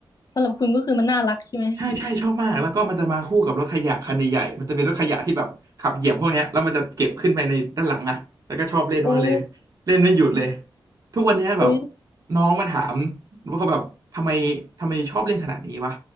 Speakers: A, on the left (about 45°); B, on the right (about 45°).
A: สำหรับคุณก็คือมันน่ารักใช่ไหม
B: ใช่ใช่ชอบมากแล้วก็มันจะมาคู่กับรถขยะคันใหญ่ๆมันจะเป็นรถขยะที่แบบขับเหยียบพวกเนี้ยแล้วมันจะเก็บขึ้นไปในด้านหลังอะแล้วก็ชอบเล่นมากเลย
A: โอ้
B: เล่นไม่หยุดเลยทุกวันเนี้ยแบบ
A: อุ๊ย
B: น้องมาถามว่าเขาแบบทำไมทำไมชอบเล่นขนาดนี้วะ